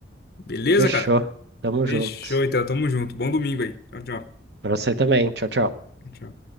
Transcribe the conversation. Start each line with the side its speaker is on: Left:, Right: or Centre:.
Left: Beleza,
Right: Fechou.
Left: cara?
Right: Tamo
Left: Fechou,
Right: junto.
Left: então. Tamo junto. Bom domingo aí. Tchau, tchau.
Right: Pra você também. Tchau, tchau.
Left: Tchau.